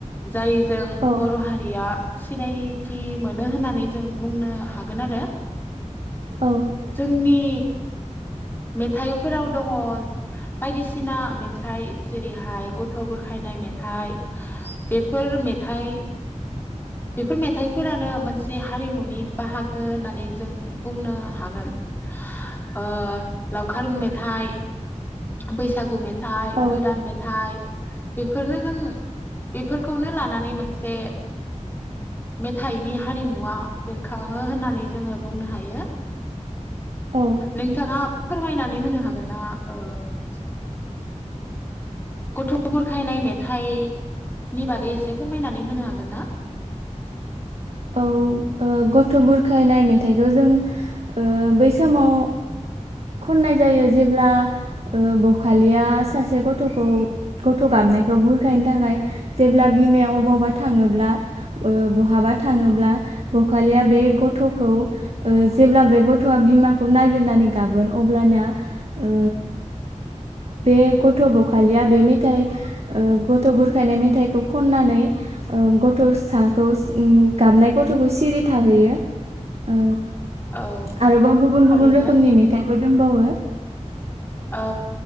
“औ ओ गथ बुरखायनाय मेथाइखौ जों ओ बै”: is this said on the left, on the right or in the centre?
Right